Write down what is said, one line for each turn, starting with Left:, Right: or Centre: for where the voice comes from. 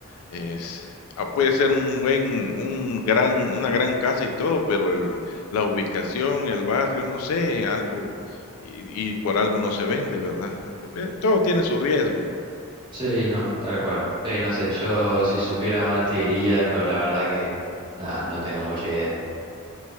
Left: Es ah, puede ser un buen un gran una gran casa y todo, pero el la ubicación, el barrio, no sé, algo, y y por algo no se vende, ¿verdad? Eh, todo tiene su riesgo.
Right: Sí, no, tal cual. Sí, no sé, yo si supiera más te diría, pero la verdad que nada, no tengo mucha idea.